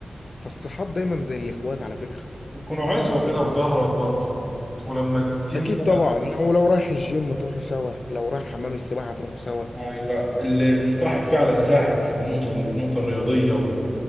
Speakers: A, on the left (about 55°); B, in the centre.
A: فالصحاب دايما زي الاخوات على فكره
B: يكونوا عزوة كده في ظهرك برضه ولما تيجي
A: اكيد
B: بقى
A: طبعا لو لو رايح الجيم تروحوا سوا لو رايح حمام السباحه تروحوا سوا
B: أيوه اللي الصاحب فعلا ساحب في النقطة دي في النقطة الرياضية